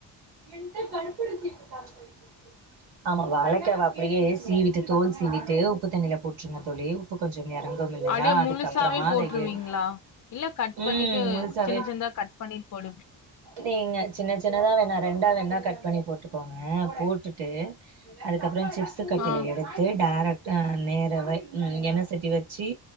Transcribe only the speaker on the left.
அப்டியே முழுசாவே
போட்டுருவீங்களா
இல்ல கட்
பண்ணிட்டு
சின்ன சின்னதா கட் பண்ணி போடு
ஆ